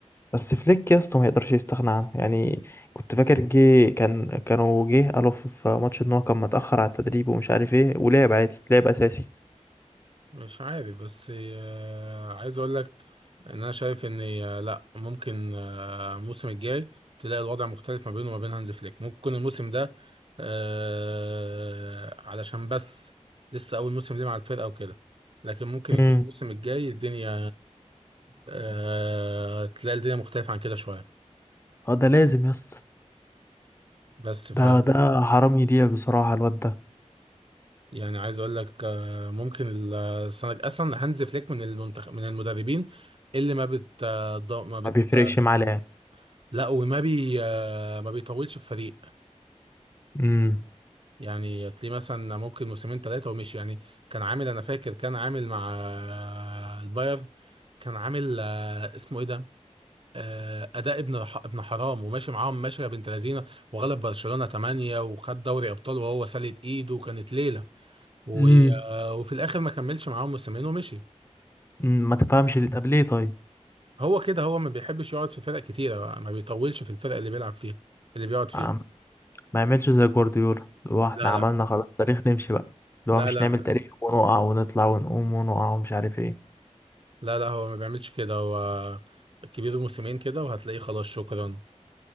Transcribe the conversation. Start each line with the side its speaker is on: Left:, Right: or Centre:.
Left: بس فليك يا اسطى ما يقدرش يستغنى عنه يعني كنت فاكر جه كان كانوا جه قالوا في في ماتش ان هو كان متأخر على التدريب ومش عارف ايه ولعب عادي لعب اساسي
Right: مش عارف بس آه، عايز اقول لك ان انا شايف ان آه، لا ممكن آه، الموسم الجاي تلاقي الوضع مختلف ما بينه وما بين هانز فليك ممكن يكون الموسم ده آه، علشان بس لسه اول موسم ليه مع الفرقة وكده لكن ممكن يكون
Left: امم
Right: الموسم الجاي الدنيا آه، تلاقي الدنيا مختلفة عن كده شوية
Left: اه ده لازم يا اسطى
Right: بس ف
Left: ده ده حرام يضيع بصراحة الواد ده
Right: يعني عايز اقول لك آه، ممكن السنة اصلا هانز فليك من المنتخب من المدربين اللي ما بت آه، ض- ما بت
Left: ما بيفرقش
Right: آه،
Left: معاه لعب
Right: لا وما بي آه، ما بيطولش في فريق
Left: امم
Right: يعني تلاقيه مثلا ممكن موسمين ثلاثة ومشي يعني كان عامل انا فاكر كان عامل مع آه، البايرن كان عامل آه، اسمه ايه ده آه، اداء ابن ح- ابن حرام وماشي معاهم ماشيه بنت لذينه وغلب برشلونه 8 وخد دوري ابطال وهو سالت ايده وكانت ليله و-
Left: امم
Right: آه، وفي الاخر ما كملش معاهم موسمين ومشي
Left: أمم، ما تفهمش اللي طب ليه طيب
Right: هو كده هو ما بيحبش يقعد في فرق كتيره بقى ما بيطولش في الفرق اللي بيلعب فيها اللي بيقعد فيها
Left: عم- ما يعملش زي جوارديولا اللي هو احنا
Right: لا
Left: عملنا
Right: لا
Left: خلاص تاريخ نمشي بقى اللي
Right: لا
Left: هو مش
Right: لا
Left: نعمل تاريخ ونقع ونطلع ونقوم ونقع ومش عارف ايه
Right: لا لا هو ما بيعملش كده هو كبير موسمين كده وهتلاقيه خلاص شكرا